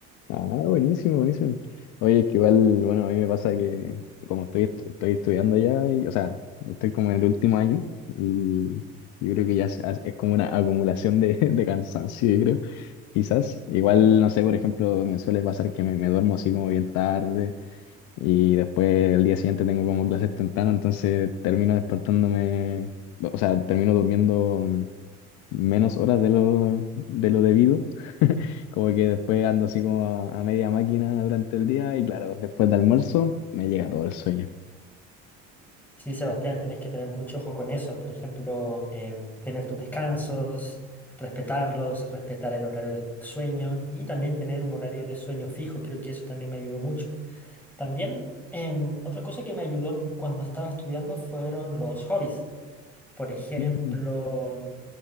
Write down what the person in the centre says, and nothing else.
Sí, Sebastián, tenés que tener mucho ojo con eso. Por ejemplo, em, tener tus descansos, respetarlos, respetar el horario de sueño y también tener un horario de sueño fijo. Creo que eso también me ayudó mucho. También, em, otra cosa que me ayudó cuando estaba estudiando fueron los hobbies. Por ejemplo,